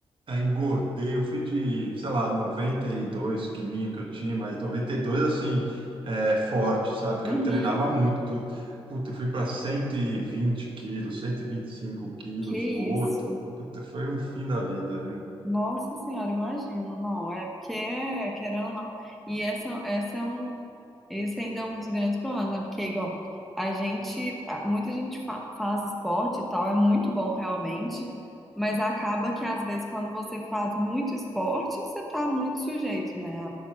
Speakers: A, on the right; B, in the centre.
A: Aí engordei, eu fui de, sei lá, 92 quilinhos que eu tinha, mas 92 assim, é, forte, sabe? Porque
B: Uhum.
A: eu treinava muito. tu- Puta, eu fui para 120 quilos, cento e e vinte e cinco quilos,
B: Que
A: gordo.
B: isso.
A: Puta, foi um fim da vida, viu?
B: Nossa senhora, imagino, não, é porque é, querendo ou não, e essa, essa é um, esse ainda é um dos grandes problemas, né, porque igual, a gente, a- muita gente fa- faz esporte e tal, é muito bom realmente, mas acaba que às vezes quando você faz muito esporte, você tá muito sujeito, né,